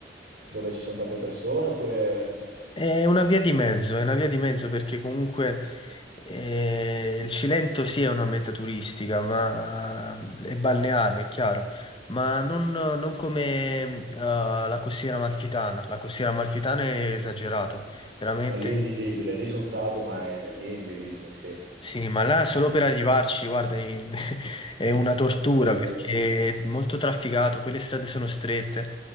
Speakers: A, on the right; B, on the left.
A: dove ci sono tante persone oppure...
B: È una via di mezzo, è una via di mezzo perché comunque eh, il Cilento sì è una meta turistica, ma eh, è balneare, è chiaro, ma non, non come eh, la costiera amalfitana. La costiera amalfitana è esagerato, veramente
A: No, lì è invivibile, lì sono stato, ma è... lì è invivibile, sì.
B: sì, ma là solo per arrivarci, guarda, in- <laughs> è una tortura
A: È vero,
B: perché è molto trafficato, poi le strade sono strette,